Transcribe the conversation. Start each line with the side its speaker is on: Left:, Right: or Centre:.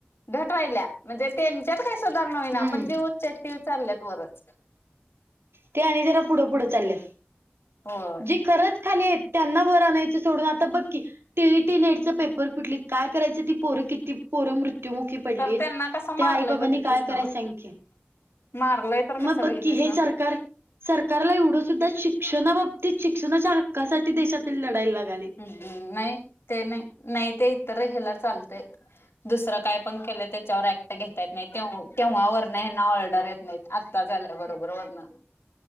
Left: घट व्हायल्यात म्हणजे त्यांच्यात काही सुधारणा होईना
Right: हम्म
Left: आपण जे उच्च आहेत ते चालल्यात वरच.
Right: ते आणि जरा पुढं -पुढ चाललेत,
Left: होय
Right: जी खरंच खाली आहेत. त्यांना वर आणायचं सोडून आता बघ की टी. ई नेटच पेपर फुटली, काय करायचं ती पोरं किती पोरं मृत्युमुखी पडलीत,
Left: तर त्यांना कसं
Right: त्या
Left: मारलंय
Right: आई -बाबानी
Left: बघितलीस
Right: काय
Left: ना
Right: करायच सांग की?
Left: मारलंय तर कसं
Right: मग बघ
Left: बघितलीस
Right: की हे
Left: ना
Right: सरकार सरकारला एवढं सुद्धा शिक्षणाबाबतीत शिक्षणाच्या हक्कासाठी देशातील लढाय लागलय.
Left: ह्.. नाही ते नाही... नाही ते इतर ह्याला चालतयं. दुसरं काय पण केलं त्याच्यावर ऍक्ट घेता येत नाही, तेव्हा.. तेव्हा ह्याना ऑर्डर येत नाही. आता चाललं बरोबर वरन